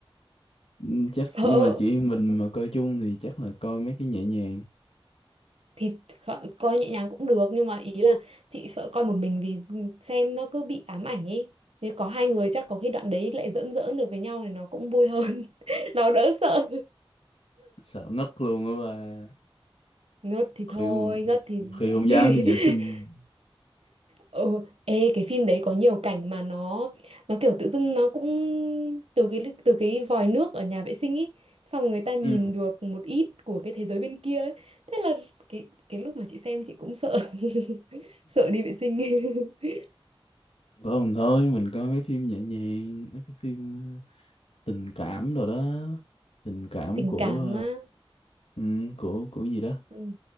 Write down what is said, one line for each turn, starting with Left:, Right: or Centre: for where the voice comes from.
Left: ừ, chắc
Right: sợ
Left: nhưng mà chị em mình mà coi chung thì chắc là coi mấy cái nhẹ nhàng
Right: Thì kh- coi nhẹ nhàng cũng được Nhưng mà ý là chị sợ coi một mình Vì xem nó cứ bị ám ảnh ấy Nếu có hai người chắc có khi đoạn đấy lại giỡn giỡn được với nhau Thì nó cũng vui hơn <laughs> Nó đỡ sợ
Left: sợ ngất luôn á bà
Right: Ngất thì
Left: khi
Right: thôi, ngất thì
Left: khi không
Right: <laughs>
Left: dám đi vệ sinh
Right: Ừ, ê cái phim đấy có nhiều cảnh mà nó nó kiểu tự dưng nó cũng từ cái từ cái vòi nước ở nhà vệ sinh ý xong rồi người ta nhìn
Left: ừ.
Right: được một ít của cái thế giới bên kia ấy. Thế là cái cái lúc mà chị xem chị cũng sợ <laughs> sợ đi vệ sinh <laughs>
Left: còn thôi mình coi mấy phim nhẹ nhàng mấy cái phim ờ, tình cảm rồi đó tình cảm
Right: tình
Left: của
Right: cảm á
Left: ờ, ừ, của của gì đó
Right: ừ,